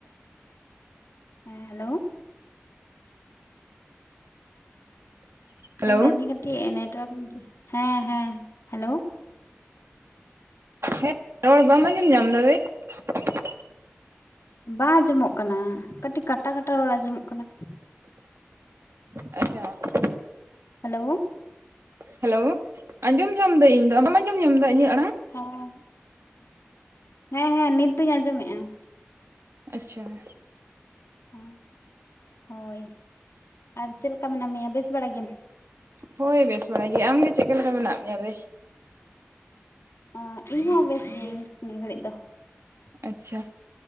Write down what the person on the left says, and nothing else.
<inaudible> ᱦᱮᱸᱻ ᱦᱟᱞᱳ, ᱾
ᱦᱮᱸ ᱢᱮᱱᱫᱤᱧ ᱠᱟᱹᱴᱤᱡ, ᱱᱮᱴᱣᱟᱨᱠ ᱦᱮᱸ-ᱦᱮᱸ, ᱦᱮᱞᱳ ᱾
ᱵᱟᱝ ᱟᱸᱡᱚᱢᱚᱜ ᱠᱟᱱᱟ? ᱠᱟᱹᱴᱤᱡ, ᱠᱟᱴᱟ ᱠᱟᱴᱟ ᱨᱚᱲ ᱟᱸᱡᱚᱢᱚᱜ ᱠᱟᱱᱟ ᱾
ᱦᱮᱞᱳ ᱾
ᱦᱚᱸᱻ᱾ ᱦᱮᱸ- ᱦᱮᱸ, ᱱᱤᱛ ᱫᱩᱧ ᱟᱸᱡᱚᱢᱮᱜᱼᱟ ᱾
ᱦᱚᱸ ᱦᱳᱭ, ᱟᱨ ᱪᱮᱫ ᱞᱮᱠᱟ ᱢᱮᱱᱟᱜ ᱢᱮᱭᱟ? ᱵᱮᱥ ᱵᱟᱲᱟ ᱜᱮᱭᱟᱢ?
ᱳᱸ, ᱤᱧᱦᱚᱸ ᱵᱮᱥ ᱜᱤᱭᱟᱹᱧ ᱱᱤ, ᱜᱷᱟᱹᱲᱤᱡ ᱫᱚ ᱾